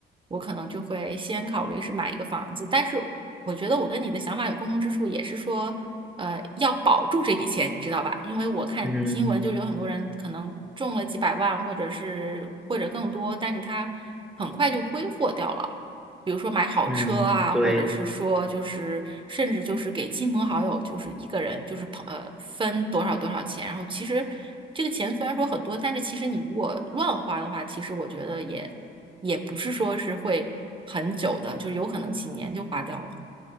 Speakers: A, on the right; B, in the centre.
A: 我可能就会先考虑是买一个房子。但是我觉得我跟你的想法有共同之处，也是说，呃，要保住这笔钱，你知道吧？因为我看新闻，
B: 嗯，
A: 就是有很多人可能中了几百万，或者是或者更多，但是他很快就挥霍掉了。比如说买好车啊，
B: 嗯，对
A: 或者是说就是甚至就是给亲朋好友，就是一个人就是朋呃分多少多少钱，然后其实这个钱虽然说很多，但是其实你如果乱花的话，其实我觉得也也不是说是会很久的，就是有可能几年就花掉了。